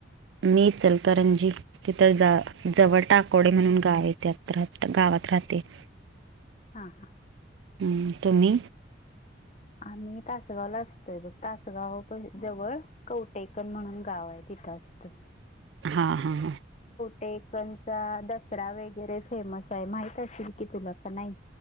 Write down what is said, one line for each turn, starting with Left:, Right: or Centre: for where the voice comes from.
Right: मी चलकरंजी तिथ जा जवळ टाकोडे म्हणून गाव त्यात राह गावात राहते. <unintelligible>
Left: हा हा.
Right: हम्म तुम्ही?
Left: आम्ही तासगावला असतोय बघ तासगाव जवळ कवटेकन म्हणून गाव आहे तिथ. तच त
Right: हा हा हा
Left: टेकनचा दसरा वगैरे फेमस आहे माहित असशल कि तुला का नाही